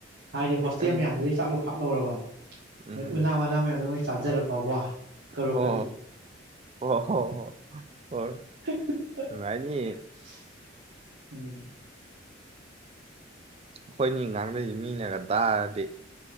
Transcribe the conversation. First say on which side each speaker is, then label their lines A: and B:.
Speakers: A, on the right (about 85°); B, on the right (about 30°).
A: ꯍꯥꯏꯗꯤ ꯍꯣꯁꯇꯦꯜ
B: ꯎꯝ
A: ꯃꯌꯥꯝꯗꯨꯗꯒꯤ ꯆꯥꯛꯂ ꯈꯥꯛ ꯂꯧꯔꯕ
B: ꯎꯝ
A: ꯎꯅꯥ ꯋꯥꯅꯥ ꯃꯌꯥꯝꯗꯣ ꯃ ꯆꯥꯖꯔ ꯄ ꯋꯥ ꯀꯔꯣꯄꯇꯤ
B: ꯍꯣ ꯍꯣ ꯍꯣ ꯍꯣ ꯍꯣ ꯍꯣꯏ
A: <unintelligible>
B: ꯅꯨꯡꯉꯥꯏꯅꯤ
A: ꯎꯝ
B: ꯑꯈꯣꯏꯅꯤ ꯉꯥꯡꯅꯩꯖꯦ ꯃꯤꯅꯒ ꯇꯥꯔꯗꯤ